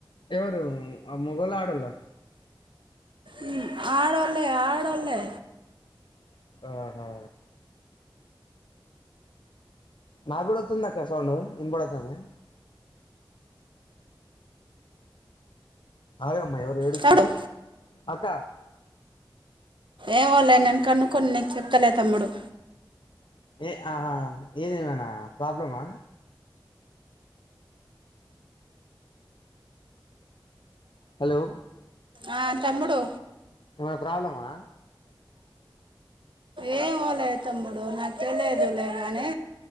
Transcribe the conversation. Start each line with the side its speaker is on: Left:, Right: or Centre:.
Left: ఎవరు మొగోళ్ళ ఆడొల్ల
Right: ఉమ్, ఆడోళ్ళే ఆడోళ్ళే
Left: ఆహా నా కూడా వత్తుంది అక్క సౌండ్ ఇన్ పడతుంది అరే ఎవరో ఏడుస్తున్నారు
Right: తమ్ముడు
Left: అక్క
Right: ఏమోలే నేను కనుక్కొని నీకు చెప్తలే తమ్ముడు
Left: ఏ ఆహా ఏది ఏమైనా ప్రాబ్లమా హలో
Right: ఆ తమ్ముడు
Left: ఏమన్నా ప్రాబ్లమా
Right: ఏమో లే తమ్ముడు నాకు తెలియదు లే కానీ